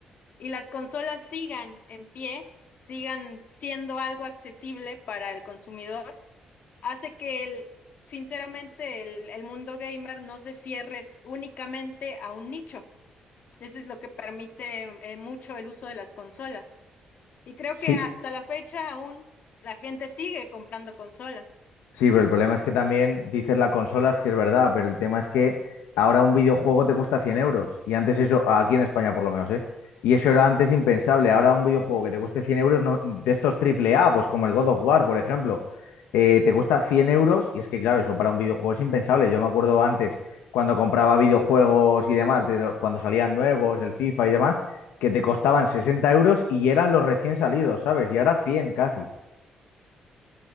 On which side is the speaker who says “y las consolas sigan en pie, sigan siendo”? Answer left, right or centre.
Left